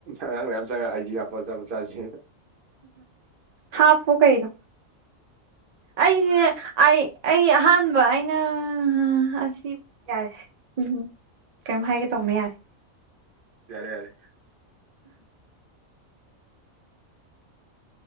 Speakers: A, on the right (about 50°); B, on the right (about 65°).
A: ꯑꯉꯥꯡ ꯃꯌꯥꯝ ꯆꯪꯉ ꯑꯥꯏꯖꯤ ꯍꯥꯞꯄꯣ ꯑꯆꯥꯄꯣꯠ ꯆꯥꯖꯦꯅ꯫
B: ꯍꯥꯞꯄꯨ ꯀꯩꯅꯣ꯫ ꯑꯩꯁꯦ ꯑꯩ ꯑꯩ ꯑꯍꯥꯟꯕ ꯑꯩꯅꯥ ꯑꯁꯤ ꯌꯥꯔꯦ ꯎꯝꯍꯨꯝ ꯀꯩꯝ ꯍꯥꯏꯒꯦ ꯇꯧꯅꯦ ꯌꯥꯔꯦ꯫
A: ꯌꯥꯔꯦ-ꯌꯥꯔꯦ꯫